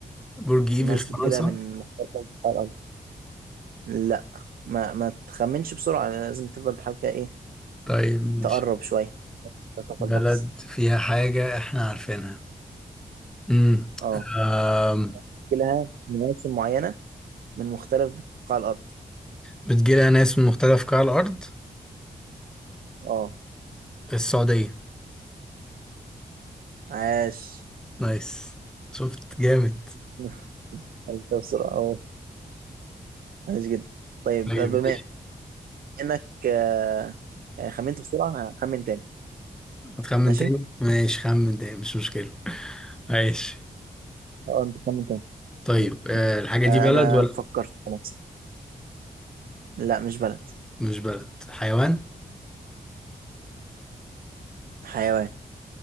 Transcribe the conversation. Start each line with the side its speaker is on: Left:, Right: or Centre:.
Centre: برج ايفل
Right: الناس
Centre: في
Right: بتجيلها
Centre: فرنسا
Right: من مختلف انحاء الارض لا ما ما تخمنش بسرعة لازم تفضل تحاول كده ايه
Centre: طيب ماشي
Right: تقرب شوية تتوقع
Centre: بلد
Right: البحث
Centre: فيها حاجة احنا عارفينها امم
Right: اه
Centre: أم،
Right: بتجيلها مواسم معينة من مختلف بقاع الأرض
Centre: بتجيلها ناس من مختلف قطاع الأرض
Right: اه
Centre: السعودية
Right: عاش
Centre: نايس شفت جامد
Right: <laughs> عرفتها بسرعة اه عاش جدا طيب
Centre: طيب
Right: بما إنك آه، يعني خمنت بسرعة هخمن تاني
Centre: هتخمن
Right: ماشي
Centre: تاني ماشي خمن تاني مش مشكلة ماشي
Right: اه أنت خمن تاني
Centre: طيب
Right: ماشي.
Centre: آه الحاجة دي
Right: آه،
Centre: بلد
Right: أنا
Centre: ولا
Right: فكرت خلاص لا مش بلد
Centre: مش بلد حيوان
Right: حيوان